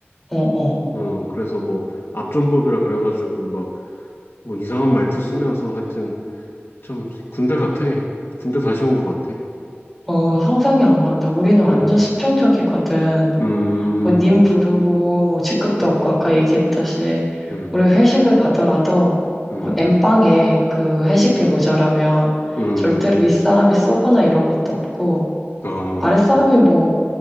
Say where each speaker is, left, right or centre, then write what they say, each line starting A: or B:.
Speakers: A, in the centre; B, on the left.
A: 어, 어.
B: 음, 그래서 뭐 압존법이라 그래가지고 막 뭐 이상한 말투 쓰면서 하여튼 좀 군대 같아. 군대 다시 온 것 같아.
A: 어, 상상이 안 간다. 우리는 완전
B: 음,
A: 수평적이거든.
B: 음,
A: 뭐, 님 부르고, 뭐, 직급도 없고, 아까 얘기했다시,
B: 음,
A: 우리 회식을 가더라도,
B: 음,
A: 어, 엠빵에 그 회식비 모자라면,
B: 음,
A: 절대로 윗사람이 쏘거나 이런 것도 없고,
B: 어,
A: 아랫사람이 뭐,